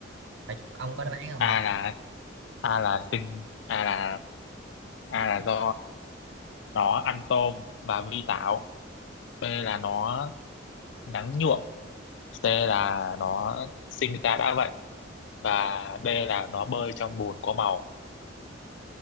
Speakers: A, on the right (about 75°); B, on the left (about 70°).
A: phải ông có đáp án không
B: A là A là sinh, A là A là do nó ăn tôm và vi tảo. B là nó nắng nhuộm. C là nó sinh ra đã vậy và D là nó bơi trong bùn có màu.